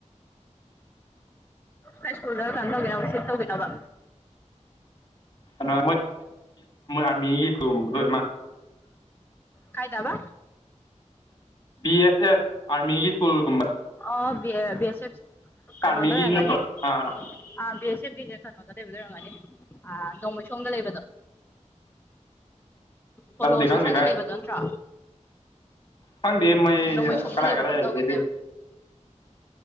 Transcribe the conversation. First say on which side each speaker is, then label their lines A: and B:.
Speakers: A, on the left (about 15°); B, on the left (about 40°).
A: ꯍꯥꯏ ꯁ꯭ꯀꯨꯜꯗ ꯀꯩꯅꯣ ꯇꯧꯒꯅꯣ ꯁꯤꯞ ꯇꯧꯒꯅꯣ
B: ꯃ ꯑꯔꯃꯤ ꯊꯝ ꯂꯣꯏ ꯃꯥ
A: ꯀꯥꯏꯗꯕ
B: ꯕꯤ ꯑꯦꯁ ꯑꯦꯐ ꯑꯥꯔꯃꯤꯒꯤ ꯁ꯭ꯀꯨꯜꯒꯨꯝꯕ
A: ꯑꯣ ꯕꯤ ꯑꯦꯁ ꯑꯦꯐ ꯀꯩꯅꯣꯗ
B: ꯑꯥꯔꯃꯤꯒꯤ
A: ꯑꯣꯏꯔꯝꯒꯅꯤ
B: ꯅꯠꯇ꯭ꯔꯣ ꯑꯥ
A: ꯑꯥ ꯕꯤ ꯑꯦꯁ ꯑꯦꯐꯀꯤꯅꯦ ꯀꯟꯅꯣꯒꯗ ꯂꯩꯕ ꯂꯩꯣꯏꯔꯝꯃꯅꯤ ꯑ ꯅꯣꯡꯃꯩ ꯁꯣꯝꯗ ꯂꯩꯕꯗꯣ ꯄꯣꯂꯣꯁꯣ
B: ꯂꯝꯗꯤ ꯈꯪꯗꯦ
A: ꯁ꯭ꯋꯥꯏꯗ ꯂꯩꯕꯗꯣ ꯅꯠꯇ꯭ꯔꯣ
B: ꯍꯪꯗꯤ ꯃꯩ
A: ꯅꯣꯡꯃꯩꯁꯣꯡꯗ
B: ꯀꯗꯥꯥꯏ
A: ꯂꯩꯕ꯭ꯔꯥ
B: ꯀꯔꯏ
A: ꯀꯩꯅꯣꯝ
B: ꯂꯩꯗꯦꯗꯤ
A: ꯇꯧꯈꯤꯕꯅꯦꯕ